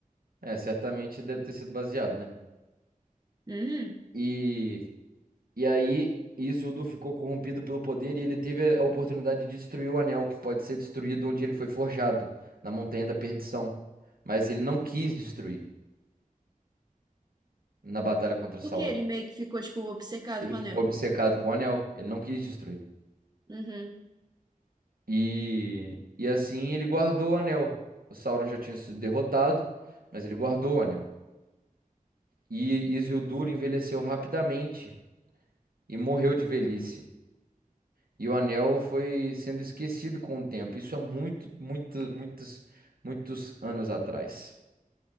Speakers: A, on the right; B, on the right.
A: É, certamente deve ter sido baseado, né?
B: Uhum.
A: E E aí, Isildur ficou corrompido pelo poder e ele teve a oportunidade de destruir o anel, que pode ser destruído onde ele foi forjado, na Montanha da Perdição. Mas ele não quis destruir na batalha contra
B: Porque
A: Sauron.
B: ele meio que ficou, tipo, obcecado
A: Ele
B: com o
A: ficou
B: anel.
A: obcecado com o anel, ele não quis destruir.
B: Uhum.
A: E, e assim ele guardou o anel. O Sauron já tinha sido derrotado, mas ele guardou o anel. E Isildur envelheceu rapidamente e morreu de velhice. E o anel foi sendo esquecido com o tempo. Isso há muito, muito, muitos, muitos anos atrás.